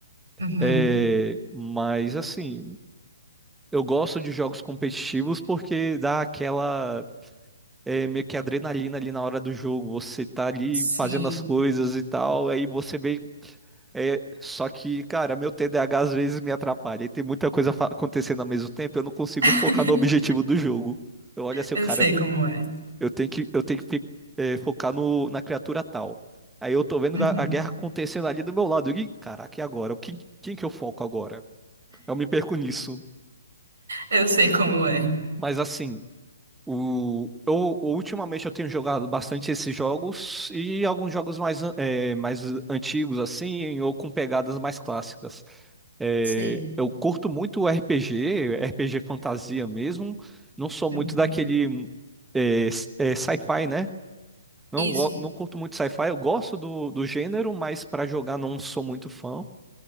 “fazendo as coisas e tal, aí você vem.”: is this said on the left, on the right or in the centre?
Centre